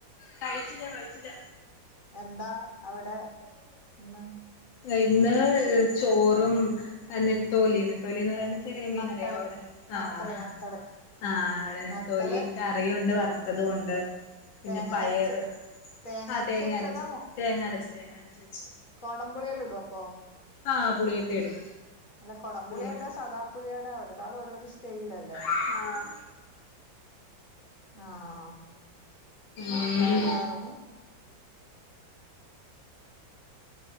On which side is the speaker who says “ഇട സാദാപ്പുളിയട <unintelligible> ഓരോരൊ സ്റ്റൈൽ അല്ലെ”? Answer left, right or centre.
Left